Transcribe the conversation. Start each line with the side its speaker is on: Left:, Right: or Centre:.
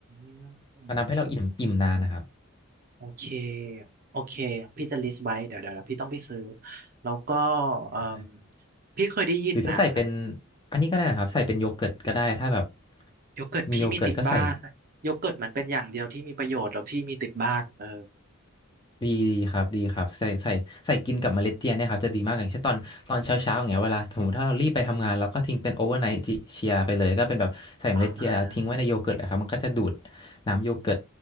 Right: ืม
Left: มันทำให้เราอิ่มอิ่มนานนะครับ
Right: โอเคโอเค พี่จะ list ไว้ เดี๋ยวเดี๋ยวแล้วพี่ต้องไปซื้อ แล้วก็เอ่ม
Left: ใช่
Right: พี่เคยได้ยินน่ะ
Left: หรือจะใส่เป็นอันนี้ก็ได้นะครับใส่เป็นโยเกิร์ตก็ได้ถ้าแบบ
Right: โยเกิร์ตพี่มีติดบ้าน
Left: มีโยเกิร์ตก็ใส่
Right: โยเกิร์ตมันเป็นอย่างเดียวที่มีประโยชน์แล้วพี่มีติดบ้านเออ
Left: ดีครับดีครับใส่ใส่ใส่กินกับเมล็ดเจียเนี่ยครับจะดีมากอย่างเช่นตอนตอนเช้าเช้าอย่างเงี้ยเวลาสมมติถ้าเรารีบไปทำงานเราก็ทิ้งเป็นโอเวอร์ไนท์เชียไปเลยก็เป็นแบบใส่เมล็ดเจียทิ้งไว้ในโยเกิร์ตเลยครับมันก็จะดูด
Right: อ่า
Left: น้ำโยเกิร์ต